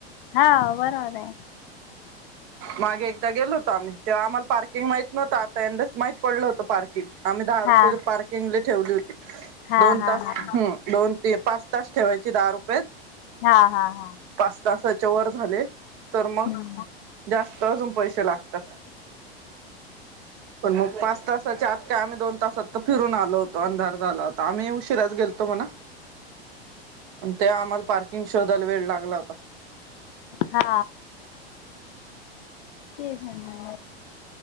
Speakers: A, on the left; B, on the right.
A: हा बरोबर आहे
B: मागे एकदा गेलो होतो आम्ही तेव्हा आम्हाला पार्किंग माहत नव्हत आता यंदाच माहीत पडल होतं पार्किंग आम्ही दहा
A: हा
B: रुपये पार्किंगले ठेवली होती
A: हा
B: दोन
A: हा
B: तास
A: हा
B: हम् दोन पाच तास ठेवायची दहा रुपयत
A: हा हा हा
B: पास्ता व झाले तर मग
A: हम्म
B: जास्त अजून पैसे लागतात पण मग पाच तासाच्या आत का आम्ही दोन तासात तर फिरून आलो होतो अंधार झा हो आम्ही उशिराच गेलतो म्हणा ते आम्हाला पार्किंग शोधायला वेळ लागला होता्
A: हा ते झा ना